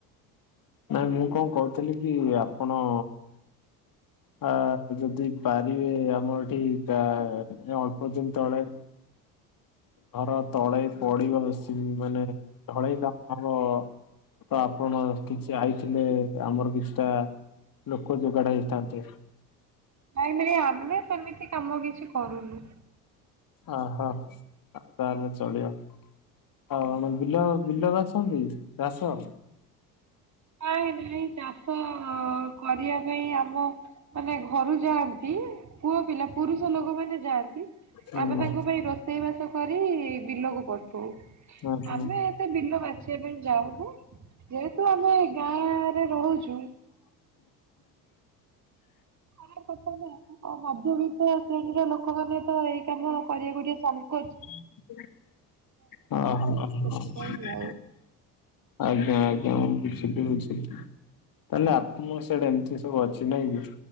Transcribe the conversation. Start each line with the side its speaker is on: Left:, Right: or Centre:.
Left: ନାଇଁ ମୁଁ କଣ କହୁଥିଲି କି ଆପଣ ଆ ଯଦି ପାରିବେ ଆମ ଏଠି ତା ଅଳ୍ପଦିନ ତଳେ ଘର ତଳେ ପଡିବ ମେସିନ ମାନେ ଢଳେଇ କାମ ହବ ତ ଆପଣ କିଛି ଆଇଥିଲେ ଆମର କିଛିଟା ଲୋକ ଯୋଗାଡ ହେଇଥାନ୍ତେ।
Right: ନାଇଁ ନାଇଁ ଆମେ ସେମିତି କାମ କିଛି କରୁନୁ।
Left: ଆ ହ ଆଉ ତାହେଲେ ଚଳିବ ଆପଣ ବିଲ ବିଲ ବାଛନ୍ତି ଘାସ
Right: ନାଇଁ ନାଇଁ ଚାଷ କରିବା ପାଇଁ ଆମ ମାନେ ଘରୁ ଯାଆନ୍ତି ପୁଅ ପିଲା ପୁରୁଷ ଲୋକମାନେ ଯାଆନ୍ତି
Left: ହୁଁ
Right: ଆମେ ତାଙ୍କ ପାଇଁ ରୋ ରୋଷେଇବାସ କରି ବିଲକୁ ପଠଉ
Left: ଆଚ୍ଛା।
Right: ଆମେ ସେ ବିଲ ବାଛିବା ପାଇଁ ଯାଉନୁ ଯେହେତୁ ଆମେ ଗାଁରେ ରହୁଛୁ <unintelligible> ମଧ୍ୟବିତ୍ତ ଶ୍ରେଣୀର ଲୋକମାନେ ତ ଏଇ କାମ କରିଆକୁ ଟିକେ ସଙ୍କୋଚ
Left: ଓ ହୋ ହ।
Right: ସେଥିପାଇଁ ଆଉ।
Left: ଆଜ୍ଞା ଆଜ୍ଞା ମୁଁ ବୁଝିଲି ବୁଝିଲି। ତାହେଲେ ଆପଣଙ୍କ ସିଆଡେ ଏମିତି ସବୁ ଅଛି ନାଇଁ କି